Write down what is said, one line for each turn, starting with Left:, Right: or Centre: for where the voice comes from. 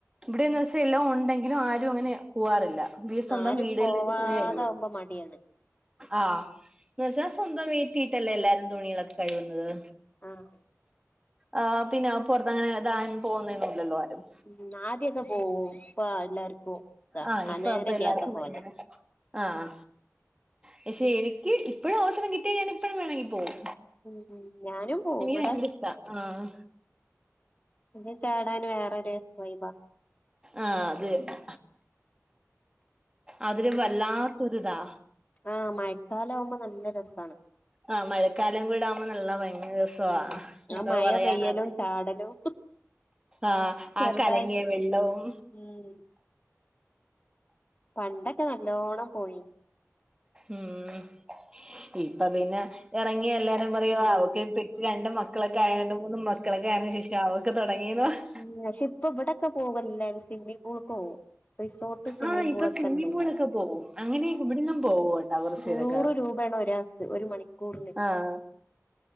Right: ഇവിടെന്ന് വെച്ചാ എല്ലാം ഉണ്ടെങ്കിലും ആരും അങ്ങനെ പോവാറില്ലീ സ്വന്തം
Left: ആരും
Right: വീടിലേക്ക്
Left: പോവാതാവുമ്പോ
Right: തുങ്ങിഴും
Left: മടിയാണ്
Right: ആഹ എന്ന വെച്ചാ സ്വന്തം വീട്ടിയിട്ടല്ലേ എല്ലാരും തുണികളൊക്കെ കഴുകുന്നത്
Left: ആഹ്
Right: ആ പിന്നെ പുറത്ത്ങ്ങനെതൻ പോുന്നന്നല്ലല്ലോ ആരും
Left: ഉം ആദ്യക്കാ പോവും ഇപ്പ എല്ലാർക്കും ഇതാണ്
Right: ആഹ്
Left: ആ
Right: ഇപ്പൊ
Left: നേരല്ലാത്ത
Right: അപ്പൊ എല്ലാർക്കും
Left: പോലെ
Right: പറ്റൂല ആഹ പക്ഷെ എനിക്ക് ഇപ്പഴും അവസരം കിട്ടിയ ഞാൻ ഇപ്പഴും വേണമെങ്കി പോവും
Left: ഉം ഞാനും പോവും
Right: എനിക്ക്
Left: ഇവടെ
Right: ഭയങ്കര ഇഷ്ടാ ആഹ്
Left: ഇത് ചാടാൻ വേറരു വൈബ
Right: ആഹ അത് തന്നേ അതിന് വല്ലാത്തൊരിതാ
Left: ആഹ മഴക്കാലാവുമ്പോ നല്ല രസാണ്
Right: ആഹ മഴക്കാലം കൂടാവുമ്പോ നല്ല ഭയങ്കര രസവാ
Left: ഉം ആ
Right: എന്തോ
Left: മഴ
Right: പറയാന
Left: പെയ്യലും ചാടലും
Right: ആഹ
Left: ചെറുതായി
Right: ആ കലങ്ങിയ വെള്ളവും
Left: ഉം പണ്ടൊക്കെ നല്ലോണം പോയിന്
Right: ഉം ഇപ്പ പിന്നെ എറങ്ങിയ എല്ലാരും പറയുവാ
Left: ഉം
Right: അവക്ക് രണ്ട് മക്കളൊക്കെ ആയോണ്ട് മൂന്നും മക്കളൊക്കെ അയതിന് ശേഷം അവർക്ക് തൊടങ്ങിന്ന് പ
Left: ഉം പക്ഷെ ഇപ്പ ഇവിടെക്കെ പോകലില്ലേ സ്വിമ്മിംങ് കോട്ടും റിസോ സ്വിമ്മിംങ്
Right: ആഹ് ഇപ്പൊ
Left: പൂളക്കെ
Right: സ്വിമ്മിംഗ്
Left: ഇണ്ട്
Right: പൂളൊക്കെ പോവും അങ്ങനെയൊക്കെ ഇവിടന്നും പോവും കേട്ടോ കുറച്ചേരൊക്കെ
Left: നൂറ് രൂപാണ് ഒരാ ഒരു മണിക്കൂറിന്.
Right: ആഹ്